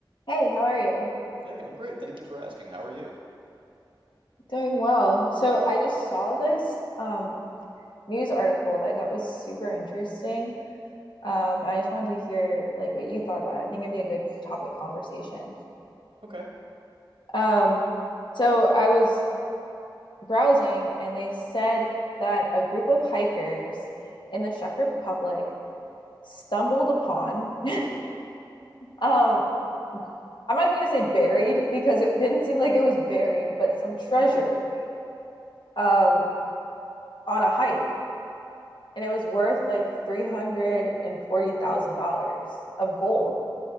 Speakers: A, on the left; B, on the right.
A: Hey, how are you?
B: Hey, I'm great. Thank you for asking. How are you?
A: Doing well. So I just saw this um news article that I thought was super interesting. Um, I just wanted to hear like what you thought about it. I think it'd be a good topic conversation.
B: Okay.
A: Um, so I was browsing and they said that a group of hikers in the Czech Republic stumbled upon <laughs> um I'm not even gonna say buried because it didn't seem like it was buried, but some treasure um on a hike. and it was worth like $340,000 of gold.